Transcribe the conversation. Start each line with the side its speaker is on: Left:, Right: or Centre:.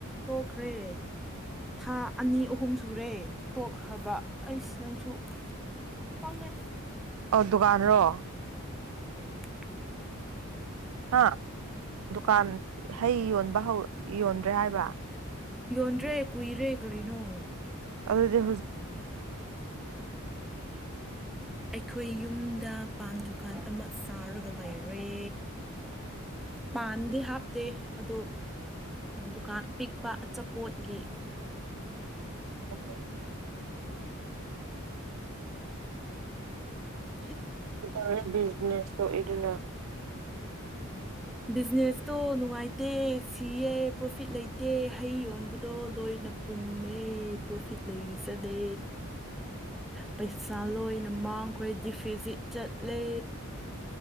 Centre: ꯇꯣꯛꯈ꯭ꯔꯦ ꯊꯥ ꯑꯅꯤ ꯑꯍꯨꯝ ꯁꯨꯔꯦ ꯇꯣꯛꯈ꯭ꯔꯕ ꯑꯩꯁ ꯅꯪꯁꯨ ꯄꯥꯡꯉꯩ
Right: ꯑ ꯗꯨꯀꯥꯟꯔꯣ
Centre: <inaudible>
Right: ꯍꯥ ꯗꯨꯀꯥꯟ ꯍꯩ ꯌꯣꯟꯕ ꯍꯧ ꯌꯣꯟꯗ꯭ꯔꯦ ꯍꯥꯏꯕ
Centre: ꯌꯣꯟꯗ꯭ꯔꯦ ꯀꯨꯏꯔꯦ ꯀꯔꯤꯅꯣ
Right: ꯑꯗꯨꯗ
Centre: ꯑꯩꯈꯣꯏ ꯌꯨꯝꯗ ꯄꯝ ꯗꯨꯀꯥꯟ ꯑꯃ ꯆꯥꯔꯒ ꯂꯩꯔꯦ ꯄꯥꯟꯗꯤ ꯍꯥꯞꯇꯦ ꯑꯗꯣ ꯗꯨꯀꯥꯟ ꯄꯤꯛ ꯑꯄꯥ ꯑꯆꯥꯄꯣꯠꯒꯤ
Right: ꯎꯝ
Centre: ꯎ
Right: ꯁꯤꯇꯥꯔ ꯕꯤꯖꯤꯅꯦꯁ ꯇꯣ ꯏꯗꯨꯅ
Centre: ꯕꯤꯖꯤꯅꯦꯁꯇꯣ ꯅꯨꯡꯉꯥꯏꯇꯦ ꯁꯤꯌꯦ ꯄ꯭ꯔꯣꯐꯤꯠ ꯂꯩꯇꯦ ꯍꯩ ꯌꯣꯟꯕꯗꯣ ꯂꯣꯏꯅ ꯄꯨꯝꯃꯦ ꯄ꯭ꯔꯣꯐꯤꯠ ꯂꯩꯖꯗꯦ ꯄꯩꯁꯥ ꯂꯣꯏꯅ ꯃꯥꯡꯈ꯭ꯔꯦ ꯗꯤꯐꯤꯖꯤꯠ ꯆꯠꯂꯦ